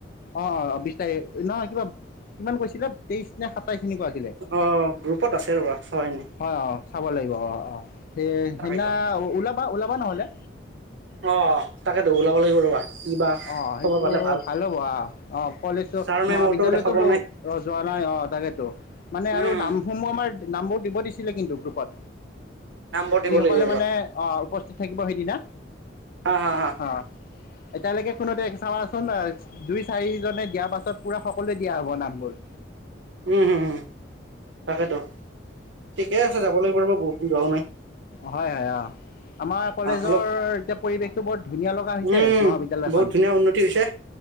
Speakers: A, on the left (about 50°); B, on the right (about 80°).
A: অ', অ', তায়ে, নহয় কিবা, কিমান কৈছিলা? তেইশ নে সাত আটাইখিনিকো আঁকিলে
B: অ গ্ৰুপত আছে ৰ'বা নে
A: হয় অ', চাব লাগিব। অ', অ', সেই,
B: তাকেইতো
A: সেইদিনা ওলাবা-ওলাবা নহ'লে,
B: অ', তাকেতো ওলাব লাগিব ৰ'বা। কিবা
A: অ',
B: খবৰ
A: সেইটো
B: পালে
A: ভাল হ'ব, আহ', অ', কলেজো
B: ছাৰ মেমহতো
A: মহাবিদ্যালয়তো
B: দেখা পোৱা
A: বহু
B: নাই
A: যোৱা নাই অ', তাকেইতো মানে
B: উম
A: আৰু নামসমূহ আমাৰ নামবোৰ দিব দিছিলে কিন্তু গ্ৰুপত।
B: নামবৰ দিব
A: যিসকলে
B: লাগিব
A: মানে অহ', উপস্থিত থাকিব সেইদিনা।
B: আহ', হা-হা
A: অ' এতিয়ালৈকে চাবা চোন অ অ দুই-চাৰিজনে দিয়াৰ পাছত পুৰা সকলোৱে দিয়া হব নামবোৰ।
B: উম হম হম তাকেতো ঠিকে আছে যাব লাগিব ৰবা বহুত, যোৱাও নায়।
A: হয়', -হয়', অ', আমাৰ কলেজৰ
B: অলপ
A: এতিয়া পৰিৱেশ ত বোৰ ধুনীয়া লগা হৈছে
B: উম
A: মহাবিদ্যালয়খন,
B: বহুত ধুনীয়া উন্নতি হৈছে